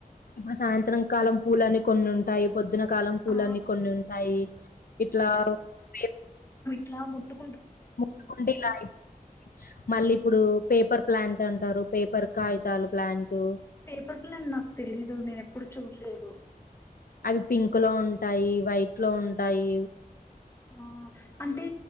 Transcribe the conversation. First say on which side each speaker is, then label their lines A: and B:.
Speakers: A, on the left; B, on the left.
A: మన సాయంత్రం కాలం పూలని కొన్ని ఉంటాయి పొద్దున కాలం పూలని
B: ఆ!
A: కొన్ని ఉంటాయి ఇట్లా వె
B: ట్లా ముట్టు
A: ముకుంటిలా అయి మళ్ళీప్పుడూ పేపర్ ప్లాంట్ అంటారు పేపర్ కాగితాల ప్లాంటు
B: పేపర్ప్లన్ నాకు తెలీదు నేనేప్పుడు చూలేదు
A: వి పింక్ లో ఉంటాయి, వైట్ లో ఉంటాయి
B: ఆ అంటే